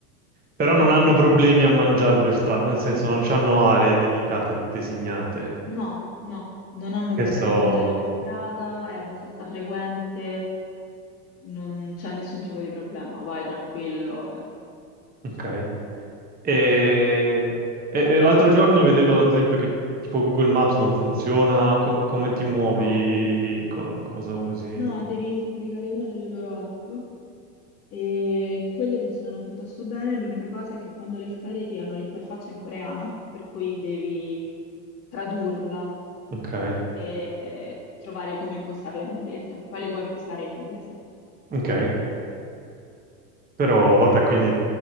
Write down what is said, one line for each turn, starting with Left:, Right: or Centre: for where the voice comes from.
Right: Però non
Left: Esattamente.
Right: hanno problemi a mangiare per strada, nel senso non hanno aree dedicate, designate,
Left: No, no, non hanno
Right: che
Left: problemi
Right: so...
Left: a mangiare per strada, è abbastanza frequente, non c'è nessun tipo di problema, vai tranquillo. eh.
Right: Ok. E, e- e l'altro giorno vedevo ad esempio che tipo Google Maps non funziona, co- come ti muovi,
Left: No,
Right: co- cosa usi.
Left: no, devi scaricare una delle loro app E quelle funzionano piuttosto bene, l'unica cosa è che quando le scarichi hanno l'interfaccia in coreano, per cui devi tradurla
Right: Ok,
Left: e trovare come impostarla in inglese. Poi le puoi impostare in inglese.
Right: ok. Però vabbè, quindi